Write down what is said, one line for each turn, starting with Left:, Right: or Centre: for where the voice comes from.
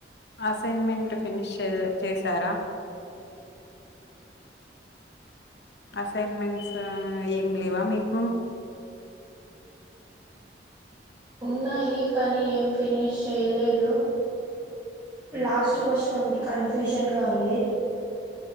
Left: అసైన్మెంట్ ఫినిష్ చేశారా అసైన్మెంట్స్ ఏం లేవా మీకు
Right: <unintelligible> కానీ ఏం ఫినిష్ చేయలేదు లాస్ట్ క్వశ్చన్ ఒకటి కన్ఫ్యూషన్ గా ఉంది